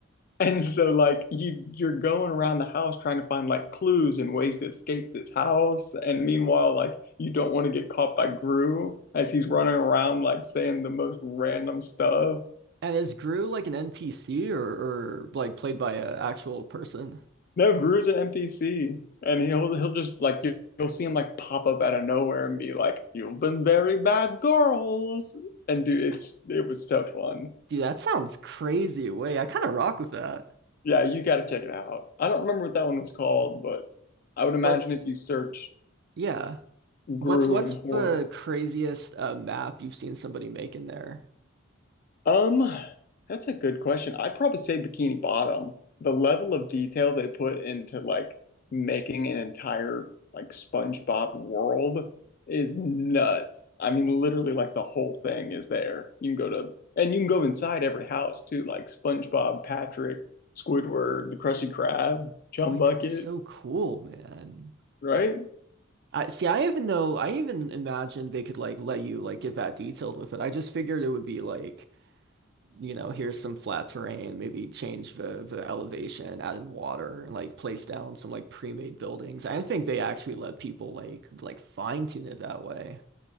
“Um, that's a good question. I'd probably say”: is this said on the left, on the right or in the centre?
Left